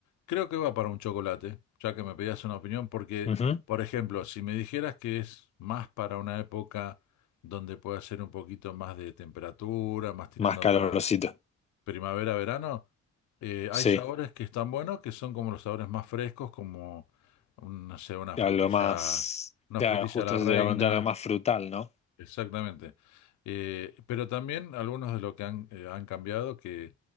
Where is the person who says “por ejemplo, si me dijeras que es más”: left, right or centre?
Left